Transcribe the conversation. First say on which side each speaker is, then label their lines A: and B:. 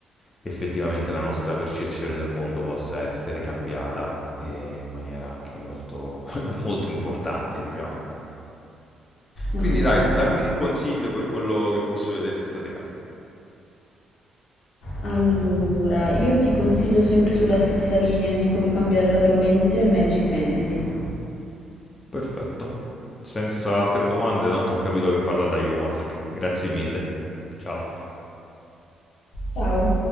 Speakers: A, on the left; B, on the left.
A: effettivamente la nostra percezione del mondo possa essere cambiata eh, in maniera anche molto, <laughs> molto importante, diciamo. Quindi
B: assolutamente.
A: dai, dammi un consiglio per quello che posso vedere stasera.
B: Allora, io ti consiglio sempre sulla stessa linea di come cambiare la tua mente, Magic Medicine.
A: Perfetto. Senza altre domande, tanto ho capito che parla da ayahuasca. Grazie mille. Ciao.
B: Ciao!